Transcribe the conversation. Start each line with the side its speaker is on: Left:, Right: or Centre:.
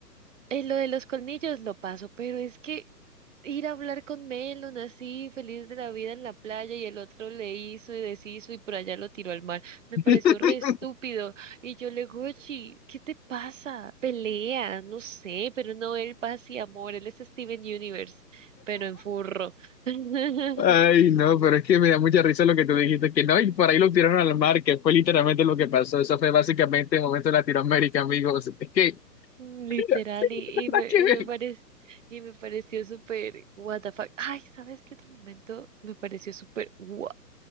Right: Eh, lo de los colmillos lo paso, pero es que ir a hablar con Melon así, feliz de la vida en la playa, y el otro le hizo y deshizo y por allá lo tiró al mar, me
Left: <laughs>
Right: pareció re estúpido. Y yo le Gochi, ¿qué te pasa? Pelea, no sé, pero no, él paz y amor, él es Steven Universe, pero en furro. <laughs>
Left: Ay, no, pero es que me da mucha risa lo que tú dijiste, que no, y por ahí lo tiraron al mar, que fue literalmente lo que pasó. Eso fue básicamente el momento de Latinoamérica, amigos. Es que,
Right: Literal,
Left: mira, sí,
Right: y,
Left: <laughs>
Right: y me,
Left: nada que
Right: y
Left: ver.
Right: me parece. Y me pareció súper, what the fuck. Ay, ¿sabes qué otro momento me pareció súper, wow?